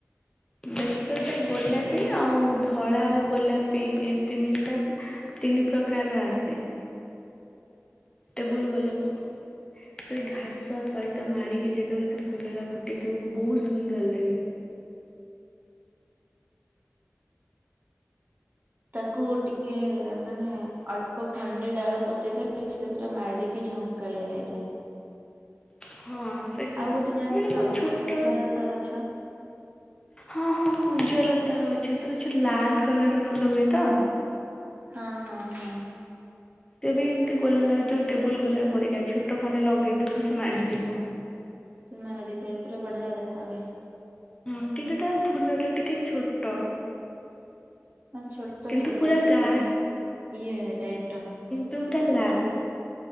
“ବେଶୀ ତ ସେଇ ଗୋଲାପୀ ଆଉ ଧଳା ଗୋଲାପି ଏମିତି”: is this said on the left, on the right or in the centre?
Left